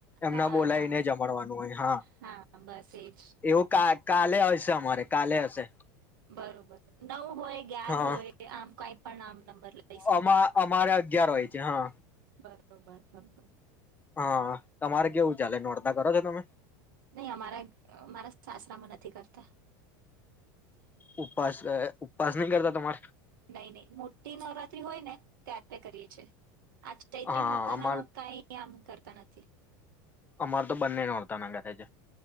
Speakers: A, on the left; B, on the right.
A: એમના
B: હા
A: બોલાયને
B: હા
A: જમડવાનું હોય. હા
B: હા બસ એ જ
A: એવું કા કાલે હશે અમારે કાલે હશે.
B: બરોબર નવ હોય ગ્યાર
A: હા
B: હોય આમ કઈ પણ આમ. નંબર લઈ શકીએ
A: અમા અમારે અગિયાર હોય. જ હા.
B: બરોબર બરોબર.
A: હા તમારે કેવું ચાલે નોડતાા કરો છો તમે?
B: નહી અમારા અમારા સાસરામાં નથી કરતા.
A: ઉપવાસ ઉપવાસ નહી કરતા તમારે?
B: નઈ નહી મોટી નવરાત્રી હોય ને ત આપણે કરીએ છીએ. આ ચૈત્રી
A: હા
B: નોરતાના
A: અમાર
B: કઈ આમ કરતા નથી.
A: અમાર તો બંને નોરતા ના કરે છે.